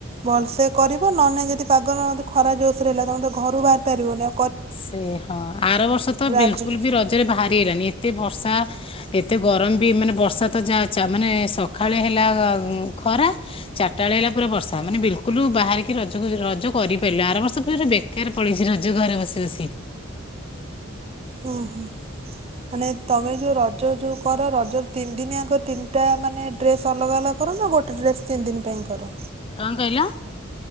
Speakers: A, on the right; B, on the left.
A: ଭଲସେ କରିବ ନ ନାଇଁ ଯଦି ପାଗେ ଖରା ଜୋସ ରହିଲ ତମ ତେ ଘରୁ ବାହାରି ପାରିବନିଉ
B: ସେ ହଁ ଆର ବର୍ଷ ତ ବିଲକୁଲ
A: ଆଜି
B: ବି ରଜରେ ବାହାରି ହେଲଣିି ଏ ଏତେ ବର୍ଷା ଏତେ ଗରମ ବି ମାନେ ବର୍ଷା ତ ଯା ମାନେ ସଖଳେ ହେଲା ଖରା ଚାରିଟା ବେଳେ ହେଲା ପୁରା ବର୍ଷା ମାନେ ବିଲକୁଲ ବାହାରିକି ରଜକୁ ରଜ କରି ପାରିଲ ଆର ବର୍ଷ ପ ବେକାର ପଳଛି ରଜ ଘରେ ବସି ଚାସି
A: ହୁଁ ହୁଁ ମାନେ ତମେ ଯୋଉ ରଜ ଯୋଉ କର ରଜ ତିନି ଦିନି ଆଗ ତିନିଟା ମାନେ ଡ୍ରେସ ଅଲଗା ଅଲଗା କର ନା ଗୋଟେ ଡ୍ରେସ ତିନି ଦିନ ପାଇଁ କର
B: କଣ କହିଲା?